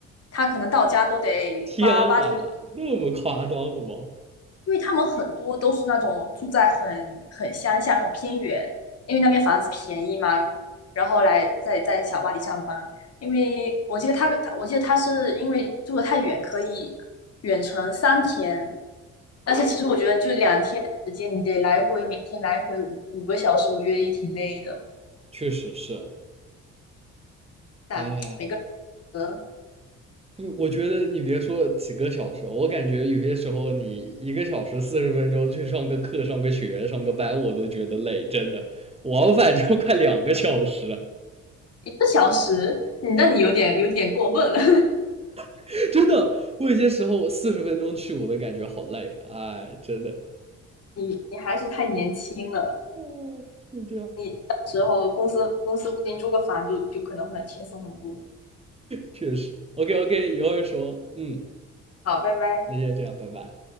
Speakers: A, on the left; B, on the right.
A: 他可能到家都得八八九点，
B: 天啊，那么夸张的吗？
A: 因为他们很多都是那种住在很很乡下、很偏远，因为那边房子便宜嘛，然后来在在小巴黎上班。因为我记得他，他我记得他是因为住的太远，可以远程三天。但是其实我觉得就两天时间，你得来回每天来回五五个小时，我觉得也挺累的。
B: 确实是，
A: 但每个
B: 啊，
A: 人
B: 我觉得你别说几个小时，我感觉有些时候你一个小时四十分钟去上个课、上个学、上个班，我都觉得累，真的，往返就快两个小时，
A: 一个小时，你那你有点有点过分了，
B: <laughs> 真的，我有些时候四十分钟去我都感觉好累，哎，真的，
A: <laughs> 你你还是太年轻了。
B: 嗯，是这样，
A: 你到时候公司公司固定租个房就就可能会轻松很多。
B: 确实，OK OK，一会儿说，嗯，
A: 好，拜拜。
B: 那先这样，拜拜。